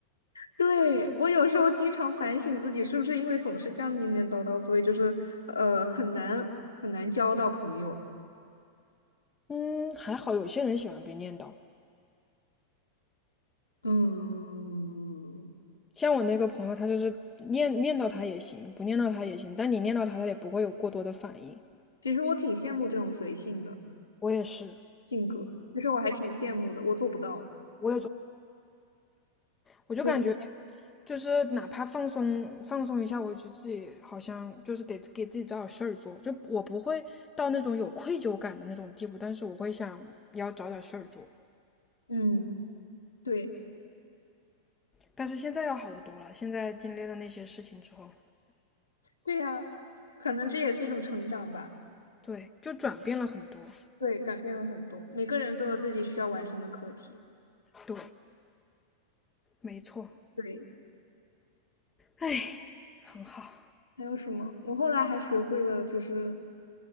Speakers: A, on the left (about 80°); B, on the left (about 15°).
A: 对，我有时候经常反省自己，是不是因为总是这样念念叨叨，所以就是呃很难很难交到朋友。
B: 嗯，还好有些人喜欢被念叨。
A: 嗯，
B: 像我那个朋友，他就是念念叨他也行，不念叨他也行，但你念叨他，他也不会有过多的反应。
A: 其实我挺羡慕这种随性的。
B: 我也是，
A: 性格。其实我还挺羡慕的，我做不到。
B: 我也就我就感觉
A: 对，
B: 就是哪怕放松放松一下，我就自己好像就是得给自己找点事儿做，就我不会到那种有愧疚感的那种地步，但是我会想要找点事儿做。
A: 嗯，对，
B: 但是现在要好得多了，现在经历了那些事情之后，
A: 对呀，可能这也是一种成长吧。
B: 对，就转变了很多。
A: 对，转变了很多，每个人都有自己需要完成的课题。
B: 对，没错，
A: 对，
B: 哎，很好，
A: 还有什么？我后来还学会了，就是